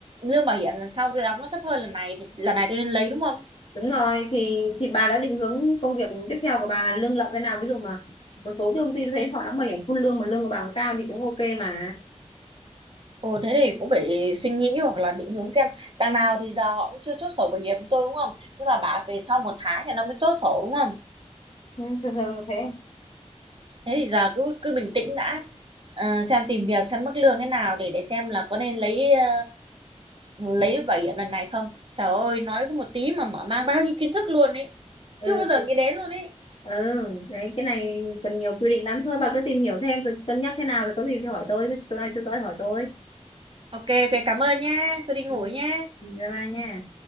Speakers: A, on the right; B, on the left.
A: lương bảo hiểm lần sau tôi đóng nó thấp hơn lần này thì lần này tôi nên lấy đúng không
B: Đúng rồi, thì thì bà đã định hướng công việc tiếp theo của bà lương lậu thế nào? Ví dụ mà một số cái công ty tôi thấy họ đã bảo hiểm full lương mà lương của bà cũng cao thì cũng ok mà.
A: ồ thế thì cũng phải suy nghĩ hoặc là định hướng xem đằng nào thì giờ họ cũng chưa chốt sổ bảo hiểm tôi đúng không nhưng mà bảo về sau một tháng thì nó mới chốt sổ đúng không
B: Ừ, thường thường là thế.
A: thế thì giờ cứ cứ bình tĩnh đã Ờ, xem tìm việc xem mức lương thế nào để để xem là có nên lấy ờ, lấy được bảo hiểm lần này không trời ơi nói có một tí mà mở mang bao nhiêu kiến thức luôn ấy
B: ừ
A: chưa bao giờ nghĩ đến luôn ấy
B: ừ đấy cái này cần nhiều quy định lắm thôi bà cứ tìm hiểu thêm rồi cân nhắc thế nào rồi có gì thì hỏi tôi chỗ này chưa rõ thì hỏi tôi
A: ok ok cảm ơn nha tôi đi ngủ
B: Ừ.
A: nha
B: Ừ, bye bye nha